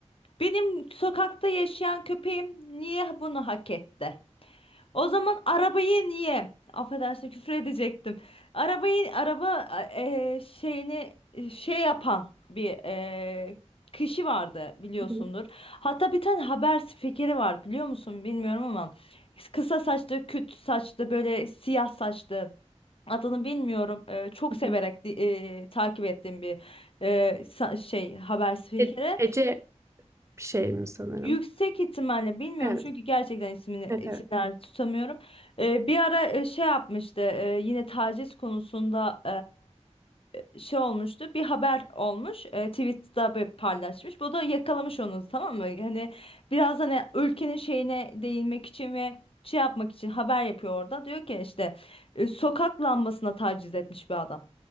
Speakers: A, on the left; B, on the right.
A: Benim sokakta yaşayan köpeğim niye bunu hak etti? O zaman arabayı niye? Affedersin küfür edecektim. Arabayı araba e, şeyini e, şey yapan bir e, kişi vardı biliyorsundur.
B: Hı hı.
A: Hatta bir tane haber spikeri var biliyor musun bilmiyorum ama kısa saçlı, küt saçlı, böyle siyah saçlı. Adını bilmiyorum. E, çok
B: Hı
A: severek
B: hı.
A: di- e, takip ettiğim bir e, sa- şey haber spikeri.
B: E- Ece bir şey mi sanırım?
A: Yüksek ihtimalle bilmiyorum
B: Evet.
A: çünkü gerçekten ismini
B: Evet,
A: isimler
B: evet.
A: tutamıyorum. Ee, bir ara e, şey yapmıştı e, yine taciz konusunda e, şey olmuştu bir haber olmuş e, Twitter'da bir paylaşmış. Bu da yakalamış onu tamam mı? Hani biraz hani ülkenin şeyine değinmek için ve şey yapmak için haber yapıyor orada. Diyor ki işte e, sokak lambasına taciz etmiş bir adam.